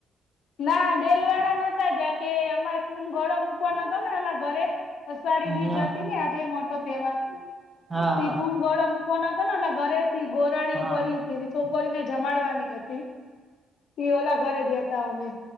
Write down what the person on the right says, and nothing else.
હા
હા
હા